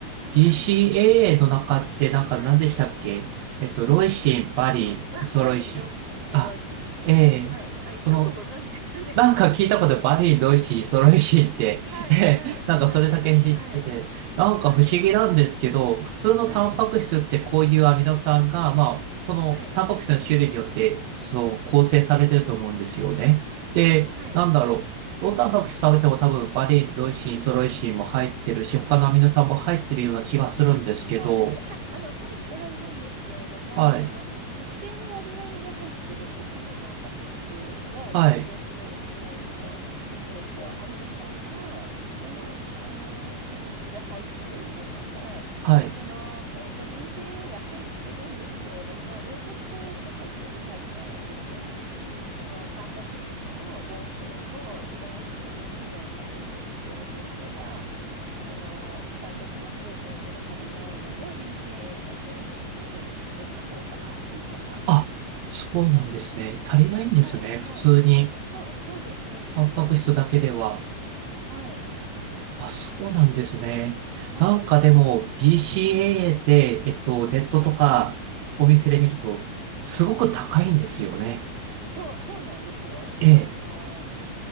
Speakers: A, on the right (about 85°); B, on the right (about 45°).
A: BCAA
B: はい。
A: の中って、なんか何でしたっけえっと、
B: はい。
A: ロイシン、バリン、
B: あの、バ、
A: イソロイシン。
B: バリン、ロイシン、イソロイシンですね。
A: あ、ええ、
B: はい。あ、よくご存知ですね。
A: このなんか聞いたことバリー、
B: <laughs> あの、
A: ドイシー、ソロイシーって
B: はい、はい、
A: <laughs> なんかそれだけ知ってて、
B: はい、はい、
A: なんか不思議なんですけど、
B: はい、
A: 普通のタンパク質ってこういうアミノ酸が、
B: はい、
A: まあ、そのタンパク質の種類によって、
B: はい、
A: そう、構成されてると思うんですよね。
B: はい、
A: で、
B: はい。はい
A: なんだろう。どのタンパク質食べても多分バリー、ドイシー、ソロイシーも入ってるし、他のアミノ酸も入ってるような気がするんですけど、
B: あ、そうです。は、あの、入ってはいるんですけれども、
A: はい、
B: その一定の割合で入ってるんですよね。タンパク質を構成するのに、
A: はい、
B: その、えっと、アミノ酸が一定の、あの比率で入っているので、
A: はい。
B: その、えっと、BCA は入ってるんですけれども、量としてやっぱりちょっと足りないんですよ。そのタンパク質の合成を促すのに機能させる量としては、その一般的なプロテインでは足りないので、b c a だけ別に取った方がいいかなっていう感じで。
A: あ、そうなんですね。足りないんですね。
B: はい、はい。
A: 普通に、
B: そう、そうです、そうです。
A: タンパク質だけでは。
B: はい、
A: あ、そうなんですね。
B: はい、
A: なんかでも
B: はい、
A: BCAA でえっと、ネットとかお店で見ると、
B: はい。
A: すごく高いんですよね。
B: そう、そうなんですよ。
A: ええ、
B: あの、